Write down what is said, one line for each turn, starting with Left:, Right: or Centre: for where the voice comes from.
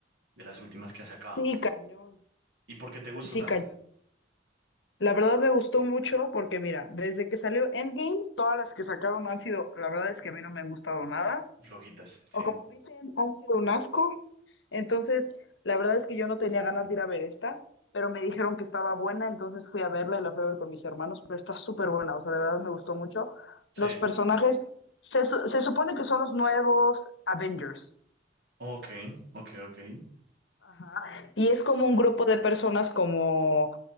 Right: De las últimas que ha sacado.
Left: Sí, cañón.
Right: ¿Y por qué te gustó
Left: Sí,
Right: tanto?
Left: cañón. La verdad me gustó mucho porque mira, desde que salió Endgame, todas las que sacaron han sido, la verdad es que a mí no me han gustado nada.
Right: Flojitas, sí,
Left: O como dicen, han sido un asco. Entonces, la verdad es que yo no tenía ganas de ir a ver esta, pero me dijeron que estaba buena, entonces fui a verla y la fui a ver con mis hermanos, pero está súper buena, o sea, de verdad me gustó mucho.
Right: sí.
Left: Los personajes, se, su- se supone que son los nuevos Avengers,
Right: Ok, ok, ok.
Left: Ajá. Y es como un grupo de personas como,